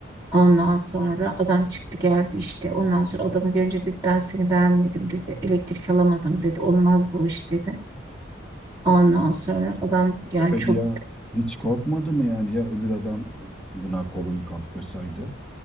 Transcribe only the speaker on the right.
Ondan sonra adam çıktı geldi işte. Ondan sonra adamı görünce dedi ben seni beğenmedim dedi. Elektrik alamadım dedi. Olmaz bu iş dedi. Ondan sonra adam yani
çok